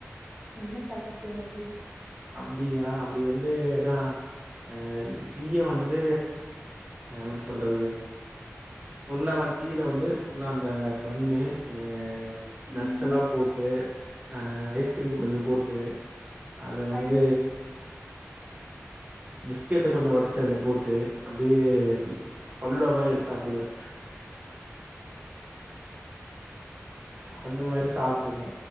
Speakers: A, in the centre; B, on the right.
A: என்ன சாப்ட்ருக்கீங்க அப்டி?
B: அப்டியா அப்டி வந்து இதா ஆ இது டீய வந்து ஆ எப்டி சொல்றது ஃபுல்லா வந் டீயில் வந்து ஃபுல்லாஅந்த பண்ணு ஹ
A: ம்
B: நட்ஸ் எல்லாம் போட்டு அஹ ஐஸ்கிரீம் கொஞ்சம் போட் ட்டு அத வந்து
A: ஐயோ!
B: பிஸ்கெட்ட கொஞ்ச ஒடைச்சு அதுல போட்டு அப்டியே ஃபலூடா மாரி எடுத்து சாப்டுவே <inaudible> அந்த மாரி சாப்ட்டுருக்கே